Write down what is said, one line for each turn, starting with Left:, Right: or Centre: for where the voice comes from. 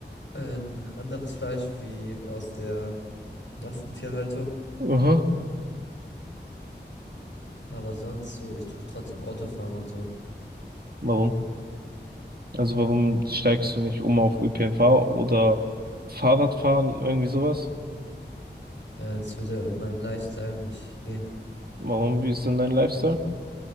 Left: ähm, anderes Fleisch wie aus der Massentierhaltung.
Right: Aha.
Left: Aber sonst so, ich tue trotzdem Autofahren und so.
Right: Warum? Also warum steigst du nicht um auf ÖPNV oder Fahrradfahren, irgendwie sowas?
Left: Ja, das würde ja in meinen Lifestyle nicht gehen.
Right: Warum, wie ist denn dein Lifestyle,